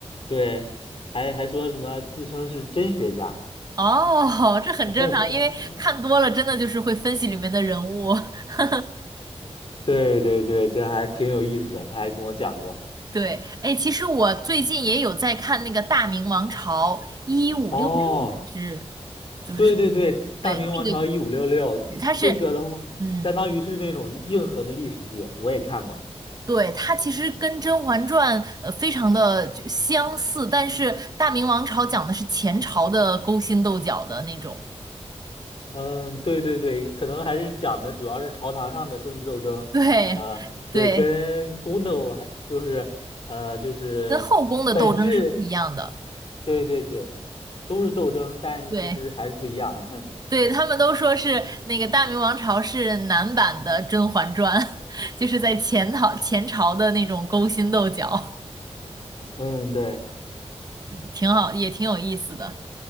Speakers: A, on the left (about 50°); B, on the right (about 35°).
A: 对，还还说什么自称是真学家，
B: 哦，这很正常，
A: <laughs>
B: 因为看多了，真的就是会分析里面的人物。<laughs>
A: 对对对，这还挺有意思的，她还跟我讲过。
B: 对，
A: 嗯。
B: 哎，其实我最近也有在看那个《大明王朝一五六六》，
A: 哦，
B: 还是就是什么？
A: 对对对，《大明王朝一五六六》这个的话，
B: 对，那个也它是，嗯，
A: 相当于是那种硬核的历史剧，我也看过。
B: 对，它其实跟《甄嬛传》呃非常的就相似，但是《大明王朝》讲的是前朝的勾心斗角的那种，
A: 嗯，对对对，可能还是讲的主要是朝堂上的政治斗争，
B: <laughs> 对，
A: 呃，
B: 对，
A: 对，跟宫斗还就是呃就是本质，
B: 跟后宫的斗争是不一样的。
A: 对对对，都是斗争，但其实还是不一样。
B: 对。对，他们都说是那个《大明王朝》是男版的《甄嬛传》，
A: <laughs>
B: <laughs> 就是在前朝前朝的那种勾心斗角，
A: 嗯，对。
B: 挺好，也挺有意思的。